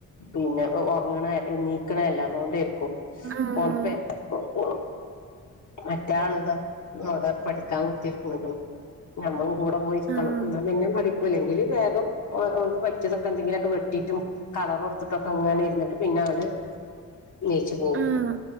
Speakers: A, on the left; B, on the right.
A: പിന്നെ ഉറങ്ങണ നീക്കണേല്ല അതുകൊണ്ട് ക്കും
B: ആഹ്
A: ഓൾക്ക് <unintelligible> മറ്റാള് ഇതാ ഇവിടെ പഠിക്കാൻ കുത്തിരിക്കണ നമ്മൾ കൂടെ പോയിരിക്കണം
B: ആഹ്
A: എന്നാ പിന്നെ പഠിക്കുലാ എങ്കിൽ വേഗം ഓൾക്ക് പറ്റിയതൊക്കെ എന്തെങ്കിലും ഒക്കെ വെട്ടിട്ടും കളർ കൊടുത്തിട്ടൊക്കെ ഇങ്ങനെ ഇരുന്നിട്ട് പിന്നെ അവിള് ഇണിച്ച് പോവും
B: ആഹ്